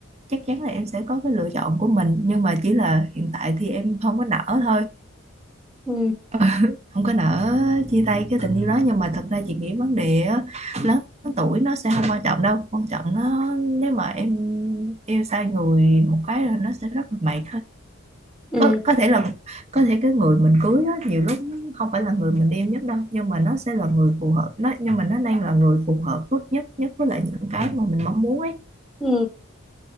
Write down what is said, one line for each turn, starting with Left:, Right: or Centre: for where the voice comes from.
Right: chắc chắn là em sẽ có cái lựa chọn của mình nhưng mà chỉ là hiện tại thì em không có nỡ thôi
Centre: ừ.
Right: <laughs> không có nỡ chia tay cái tình yêu đó nhưng mà thật ra chị nghĩ vấn đề á, lớn tuổi nó sẽ không quan trọng đâu quan trọng nó nếu mà em yêu sai người một cái là nó sẽ rất là mệt
Centre: Ừ.
Right: có có thể là có thể cái người mình cưới á, nhiều lúc nó không phải là người mình yêu nhất đâu nhưng mà nó sẽ là người phù hợp nó nhưng mà nó đang là người phù hợp với- nhất nhất với lại những cái mà mình mong muốn ấy
Centre: Ừ.